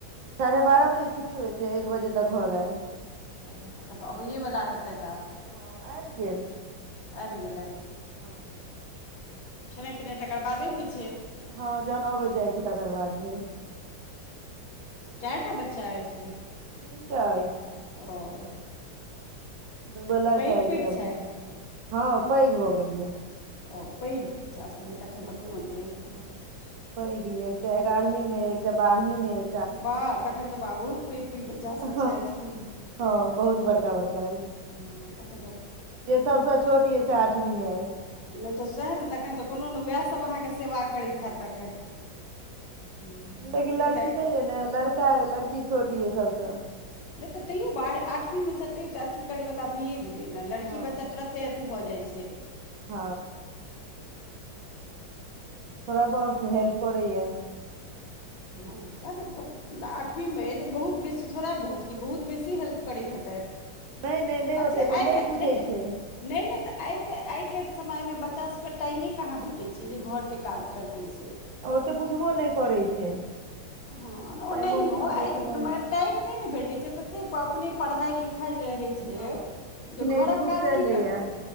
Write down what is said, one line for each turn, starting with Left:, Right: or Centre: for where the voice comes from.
Right: साढ़े बारह बजे छुट्टी होइ छै एक बजे तक घर आयल।
Left: ओ तखन तऽ अबैए बला हेतैथ आब।
Right: हँ आबि गेल।
Left: आबि गेलथि।
Right: हँ,
Left: खेनाइ पिनाइ तकर बादे होइ छै।
Right: हँ जहन अबै जाइ छै तकर बाद भेल।
Left: कए टा बच्चा अइ से?
Right: तीन टा अइछ।
Left: ओ।
Right: दूगो लड़का
Left: पैघ
Right: एगो
Left: पैघ
Right: लड़की
Left: छथि
Right: य हँ पैघ भऽ गेल यऽ।
Left: ओ पैघ बच्चा सभ अइ तखन तऽ कोनो नहि अइ।
Right: हँ पैघ ये एकटा एगारहवीं मे अइ एकटा बारहवीं मे अइ,
Left: बा तखैन तऽ बाह बहुत पैघ पैघ बच्चा
Right: हँ
Left: सभ छथि।
Right: हँ बहुत बड़का बड़का अइ।
Left: हँ तखैन त
Right: जे सबसँ छोट येऽ से आठवीं में अइ।
Left: नहि तऽ सएह ने तखन तऽ कोनो ने उएह सभ अहाँके सेवा करैत हैत तखन हम्म,
Right: लेकिन
Left: से
Right: लड़की
Left: तऽ
Right: नहि अइ ने लड़की तैं लड़की छोट येऽ सबसँ।
Left: नहि तऽ तैयो ब आठवीं मे छैथ तैयो तऽ अथी करय बला भइए गेलै ने लड़की
Right: हँ
Left: बच्चा तुरत ते अथी भऽ जाइ छै।
Right: हँ। थोड़ा बहुत हेल्प करैये।
Left: हँ सेएह ने आठवीं मे अइ तऽ बहुत बेसी थोड़ा बहुत की बहुत बेसी हेल्प करैत हेतथि
Right: नहि नहि नहि
Left: बच्चा
Right: ओतेक
Left: आइ काल्हि
Right: बुझै
Left: नहि
Right: छै
Left: नहि तऽ आइ के आइ के समय मे बच्चा सब के टाइमे कहाँ भेट टै छै जे घरके काज करतै से।
Right: आ ओते बुझबो नहि करै छै।
Left: हँ
Right: तै
Left: ओनहियो
Right: मोन
Left: आइके
Right: आब एखने
Left: समय टाइम नहि ने भेटै छै तते अपने पढ़ाई लिखाई रहै छै।
Right: हँ एखने
Left: जे घरक
Right: इसकुल
Left: काज
Right: से एलैया
Left: की करतै।